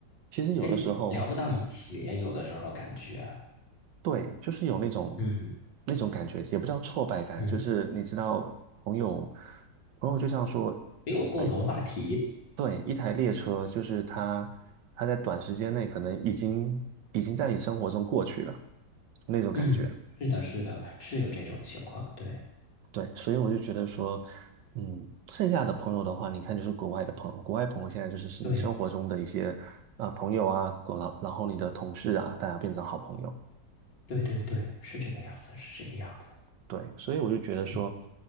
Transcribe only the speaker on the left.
跟你聊不到一起，有的时候感觉，
嗯
嗯，
没有共同话题。
嗯，是的，是的，是有这种情况，对，
对，
对，对，对，是这个样子，是这个样子，
嗯，